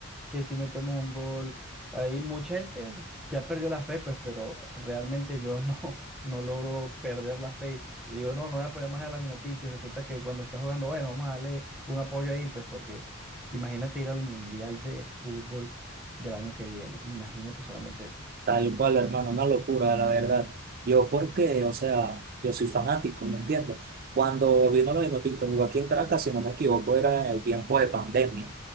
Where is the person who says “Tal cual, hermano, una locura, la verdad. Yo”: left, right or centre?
Right